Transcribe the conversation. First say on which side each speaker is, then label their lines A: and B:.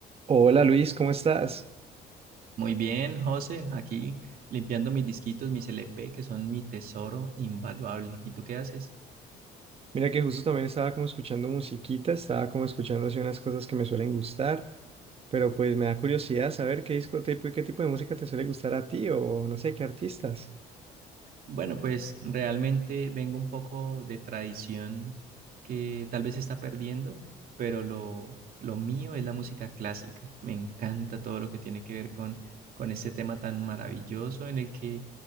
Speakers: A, on the right; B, on the right.
A: Hola Luis, ¿cómo estás?
B: Muy bien, José, aquí limpiando mis disquitos, mis LP, que son mi tesoro invaluable. ¿Y tú qué haces?
A: Mira que justo también estaba como escuchando musiquita, estaba como escuchando así unas cosas que me suelen gustar, pero pues me da curiosidad saber qué discoteca y qué tipo de música te suele gustar a ti o no sé, qué artistas.
B: Bueno, pues realmente vengo un poco de tradición que tal vez se está perdiendo, pero lo, lo mío es la música clásica. Me encanta todo lo que tiene que ver con, con este tema tan maravilloso en el que